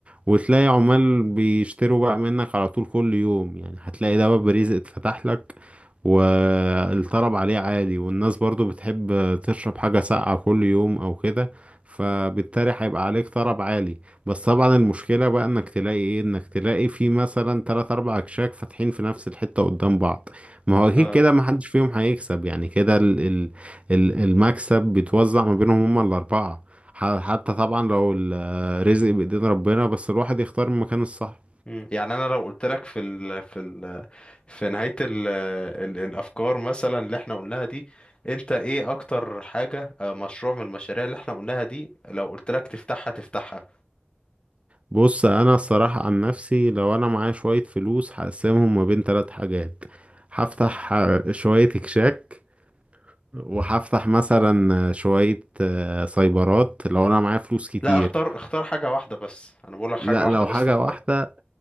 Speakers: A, on the right; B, on the left.
A: وتلاقي عمال بيشتروا بقى منك على طول كل يوم يعني هتلاقي ده باب رزق اتفتح لك والطلب عليه عالي والناس برضو بتحب تشرب حاجة ساقعة كل يوم أو كده فبالتالي هيبقى عليك طلب عالي بس طبعا المشكلة بقى انك تلاقي ايه انك تلاقي في مثلا تلات اربع اكشاك فاتحين في نفس الحتة قدام بعض ما هو اكيد
B: اه
A: كده محدش فيهم هيكسب يعني كده ال ال ال- المكسب بيتوزع ما بينهم هما الاربعة ح- حتى طبعا لو ال رزق بإيدين ربنا بس الواحد يختار المكان الصح
B: مم. يعني انا لو قلت لك في ال في ال في نهاية ال ال الأفكار مثلا اللي احنا قلناها دي انت ايه أكتر حاجة آه، مشروع من المشاريع اللي احنا قلناها دي لو قلت لك تفتحها تفتحها
A: بص انا الصراحة عن نفسي لو انا معايا شوية فلوس هقسمهم ما بين ثلاث حاجات هفتح آه، شوية كشاك وهفتح مثلا آه، شوية آه، سايبرات لو انا معايا فلوس كتير
B: لا اختار اختار حاجة واحدة بس أنا بقول لك حاجة
A: لا
B: واحدة
A: لو
B: بس
A: حاجة
B: تختارها
A: واحدة